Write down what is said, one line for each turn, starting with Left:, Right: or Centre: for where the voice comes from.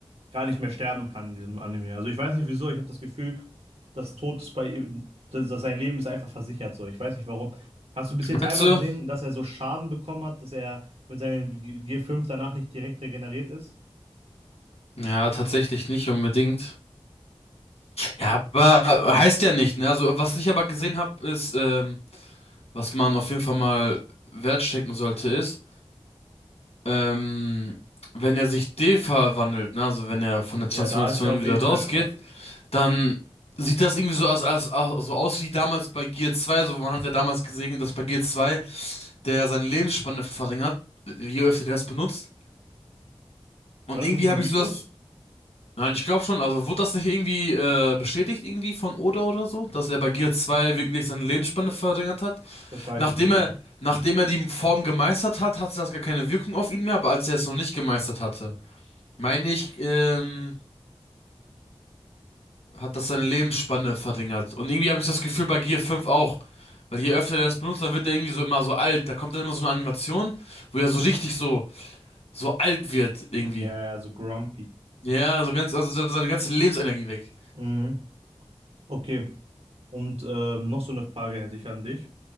Right: gar nicht mehr sterben kann in diesem Anime. Also ich weiß nicht wieso, ich habe das Gefühl, dass Tod ist bei ihm, dass, dass sein Leben ist einfach versichert so. Ich weiß nicht warum. Hast du bis jetzt
Left: Meinst
Right: einmal
Left: du?
Right: gesehen, dass er so Schaden bekommen hat, dass er mit seinem G- G5 danach nicht direkt regeneriert ist?
Left: Ja, tatsächlich nicht unbedingt. Ja, aber heißt ja nicht, ne? Also was ich aber gesehen habe, ist, ähm, was man auf jeden Fall mal wertstecken sollte, ist, ähm, wenn er sich de-verwandelt, ne, also wenn er von der Transformation
Right: Ja, da ist er auf
Left: wieder
Right: jeden
Left: rausgeht,
Right: Fall schwach.
Left: dann sieht das irgendwie so aus, aus, aus, so aus wie damals bei Gear 2. So, man hat ja damals gesehen, dass bei Gear 2 der ja seine Lebensspanne verringert, je öfter der das benutzt. Und
Right: War das
Left: irgendwie
Right: nicht ein
Left: habe
Right: Mythos?
Left: ich so das. Nein, ich glaube schon. Also wurde das nicht irgendwie äh, bestätigt irgendwie von Oda oder so, dass er bei Gear 2 wirklich seine Lebensspanne verringert hat?
Right: Das weiß
Left: Nachdem
Right: ich nicht
Left: er,
Right: mehr.
Left: nachdem er die Form gemeistert hat, hatte das gar keine Wirkung auf ihn mehr, aber als er es noch nicht gemeistert hatte, meine ich, ähm, hat das seine Lebensspanne verringert. Und irgendwie habe ich das Gefühl bei Gear fünf auch. Weil je öfter der das benutzt, dann wird er irgendwie so immer so alt. Da kommt dann immer so eine Animation, wo er so richtig so, so alt wird irgendwie.
Right: Ja, ja, so grumpy.
Left: Ja, so ganz, also so seine ganze Lebensenergie weg.
Right: Mhm. Okay. Und ähm, noch so eine Frage hätte ich an dich.